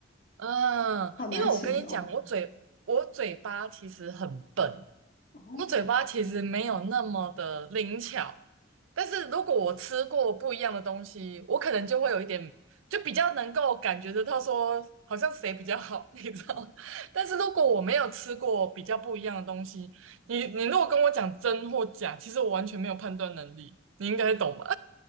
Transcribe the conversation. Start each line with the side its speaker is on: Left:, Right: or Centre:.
Right: 嗯，
Left: 好难形容
Right: 因为我跟你讲，我嘴我嘴巴其实很笨，
Left: 哦。
Right: 我嘴巴其实没有那么的灵巧，但是如果我吃过不一样的东西，我可能就会有一点，就比较能够感觉得到说好像谁比较好，<laughs> 你知道吗但是如果我没有吃过比较不一样的东西，你你如果跟我讲真或假，其实我完全没有判断能力，你应该懂吧？